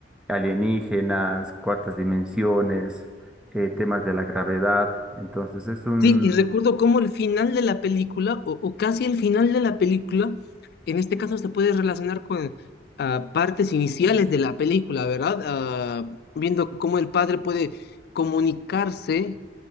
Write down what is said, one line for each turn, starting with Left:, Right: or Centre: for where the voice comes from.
Centre: alienígenas, cuartas dimensiones, eh, temas de la gravedad. Entonces es un...
Left: Sí, y recuerdo cómo el final de la película, o, o casi el final de la película, en este caso se puede relacionar con ah, partes iniciales de la película, ¿verdad? Ah, viendo cómo el padre puede comunicarse